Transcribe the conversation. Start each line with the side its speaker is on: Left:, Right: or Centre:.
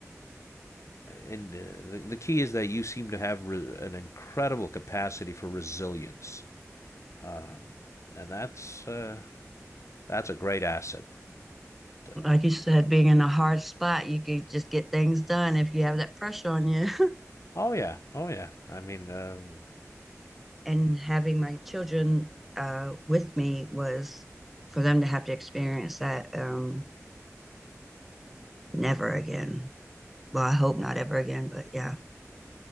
Left: and uh, the, the key is that you seem to have re- an incredible capacity for resilience, um, and that's uh, that's a great asset. Uh,
Centre: like you said, being in a hard spot, you could just get things done if you have that pressure on you.
Left: oh yeah, oh yeah. I mean, um,
Centre: and having my children uh, with me was for them to have to experience that um, never again. Well, I hope not ever again, but yeah.